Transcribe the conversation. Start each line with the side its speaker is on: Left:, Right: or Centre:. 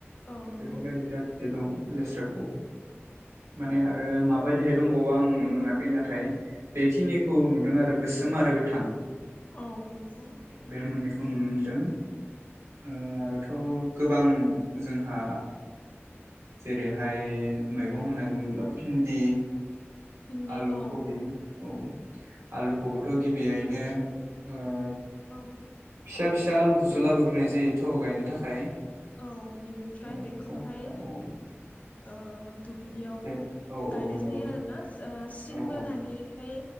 Left: औ नंगौ
Right: बेफोरबायदि जाथिसे दं लेस्राखौ माने आरो माबायदिहाय दंबावो आं नुनो मोनाखै नाथाय बेखिनिखौ नुदों आरो गोसोम आरो गोथां।
Left: औ नंगौ
Right: औ बे मोननैखौ नुनो मोन दों ओ आरोथ' गोबां जोंहा जेरैहाय मैगं होननानै बुङोब्ला भिन्दि
Left: भिन्दि
Right: आलु
Left: औ
Right: खबि औ आलु खौब थ गिबियैनो
Left: आरो
Right: ओ फिसा
Left: औ
Right: फिसा आलुखोसो लाबोग्रोनाय जायो थ गायनो थाखाय
Left: औ बिनिफ्राय
Right: ओ फिसा
Left: बेखौहाय
Right: फिसा औ
Left: ओ दुब्लियाव
Right: ओ एसे औ औ
Left: गायनाय
Right: नंगौ
Left: जायो आरोना स ओ सिन
Right: औ
Left: बोनानैहाय